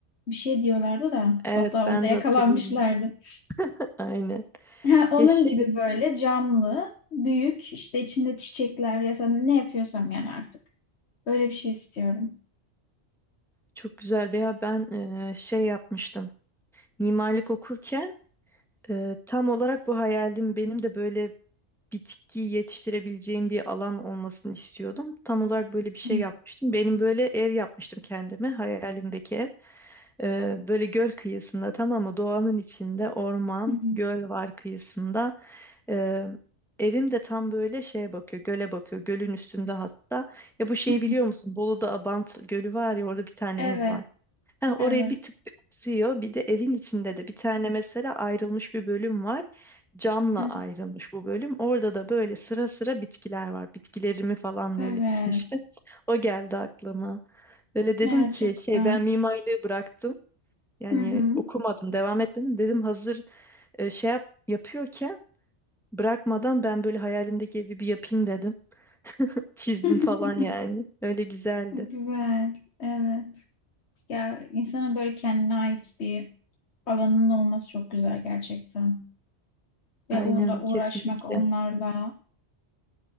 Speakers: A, on the left; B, in the centre.
A: Bir şey diyorlardı da
B: Evet
A: hatta
B: ben
A: orada yakalanmışlardı.
B: de hatırlıyorum.
A: <laughs>
B: Aynen.
A: Ha, onun
B: Ya şey
A: gibi böyle camlı, büyük işte içinde çiçekler ya da ne yapıyorsam yani artık. Öyle bir şey istiyorum.
B: çok güzel veya ben e, şey yapmıştım. Mimarlık okurken e, tam olarak bu hayalim benim de böyle bitki yetiştirebileceğim bir alan olmasını istiyordum. Tam olarak böyle bir şey
A: Hı
B: yapmıştım. Benim böyle ev yapmıştım kendime, hayalimdeki ev. Ee, böyle göl kıyısında tamam mı? Doğanın içinde orman,
A: hı hı.
B: göl var kıyısında. Ee, evim de tam böyle şeye bakıyor, göle bakıyor. Gölün üstünde hatta. Ya bu şeyi
A: hı
B: biliyor musun? Bolu'da Abant Gölü var ya orada bir tane
A: Evet,
B: ev var. Heh,
A: evet.
B: oraya bir tık bir akıyor. Bir de evin içinde de bir tane mesela ayrılmış bir bölüm var. Camla
A: hı, hı.
B: ayrılmış bu bölüm. Orada da böyle sıra sıra bitkiler var. Bitkilerimi falan
A: Evet.
B: böyle dizmiştim. O geldi aklıma. Böyle dedim
A: Evet
B: ki
A: çok
B: şey
A: güzel.
B: ben mimarlığı bıraktım. Yani
A: Hı hı.
B: okumadım, devam etmedim. Dedim hazır e, şey yap, yapıyorken bırakmadan ben böyle hayalimdeki evi bir yapayım dedim. Çizdim
A: <laughs>
B: falan yani. Öyle güzeldi.
A: Güzel. Evet. Ya insana böyle kendine ait bir alanın olması çok güzel gerçekten. ve
B: Aynen
A: uğra
B: kesinlikle.
A: uğraşmak onlarla